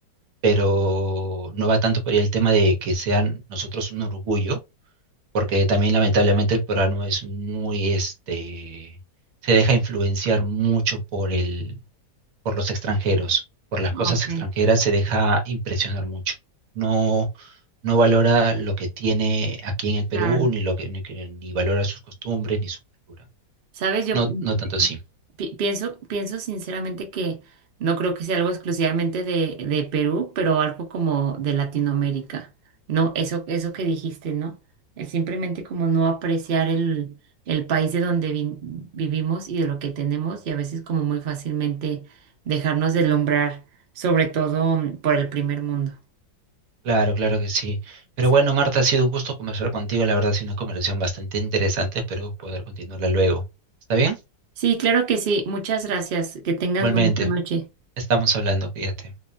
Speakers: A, on the right; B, on the right.
A: pero no va tanto por ahí el tema de que sean nosotros un orgullo, porque también lamentablemente el peruano es muy, este, se deja influenciar mucho por el por los extranjeros, por las cosas
B: Ok,
A: extranjeras, se deja impresionar mucho. No, no valora lo que tiene aquí en el Perú,
B: claro.
A: ni lo que, ni, que- ni valora sus costumbres, ni su cultura.
B: Sabes, yo
A: No,
B: mm,
A: no tanto así.
B: pi- pienso, pienso sinceramente que no creo que sea algo exclusivamente de, de Perú, pero algo como de Latinoamérica. No, eso, eso que dijiste, ¿no? El simplemente como no apreciar el, el país de donde vi- vivimos y de lo que tenemos, y a veces como muy fácilmente dejarnos deslumbrar, sobre todo mm, por el primer mundo.
A: Claro, claro que sí. Pero
B: Sí,
A: bueno, Marta, ha sido un gusto conversar contigo. La verdad, ha sido una conversación bastante interesante. Espero poder continuarla luego. ¿Está bien?
B: Sí, claro que sí. Muchas gracias. Que tengas
A: Igualmente,
B: bonita noche.
A: estamos hablando, cuídate.